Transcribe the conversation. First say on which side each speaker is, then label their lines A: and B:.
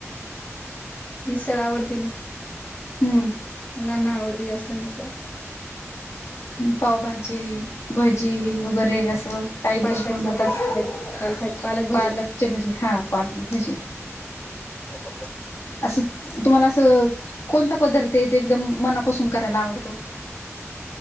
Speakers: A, on the left (about 35°); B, on the left (about 65°).
A: मिसळ आवडती ना?
B: हम्म.
A: मुलांना आवडती जास्त मिसळ
B: पावभाजी भजी वगैरे असं काही
A: पालकाची
B: डिश बनवतात
A: भाजी भजी पालका भजी.
B: पालक अछे भजी हा पाल भजी.
A: होबा
B: असं तुम्हाला असं कोणता पदार्थ आहे, ते एकदम मनापासून करायला आवडतो?